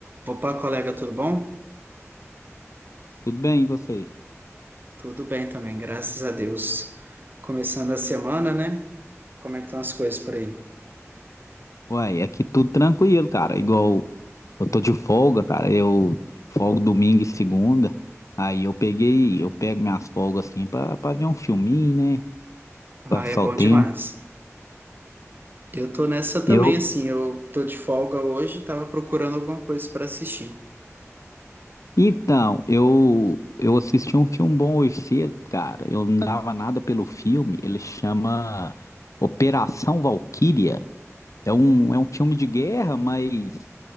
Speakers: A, on the right (about 40°); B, on the left (about 85°).
A: Opa, colega, tudo bom?
B: Tudo bem, e você?
A: Tudo bem também, graças a Deus. Começando a semana, né? Como é que estão as coisas por aí?
B: Uai, aqui tudo tranquilo, cara. Igual eu tô de folga, cara. Eu folgo domingo e segunda. Aí eu peguei, eu pego minhas folgas assim pra, pra ver um filminho, né?
A: Ah,
B: Passar
A: é bom
B: o tempo.
A: demais. Eu tô nessa também,
B: Eu,
A: assim, eu tô de folga hoje, tava procurando alguma coisa para assistir.
B: então, eu eu assisti um filme bom hoje cedo, cara. Eu não dava nada pelo filme. Ele chama Operação Valquíria. É um, é um filme de guerra, mas